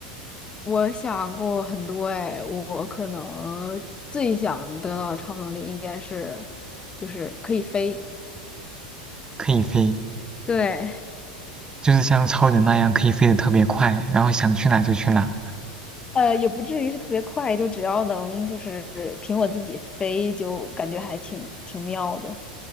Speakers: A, on the left; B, on the right.
A: 我想过很多哎，我可能最想得到的超能力应该是，就是可以飞。
B: 可以飞，
A: 对，
B: 就是像超人那样可以飞得特别快，然后想去哪就去哪。
A: 呃，也不至于是特别快，就只要能就是凭我自己飞，就感觉还挺挺妙的。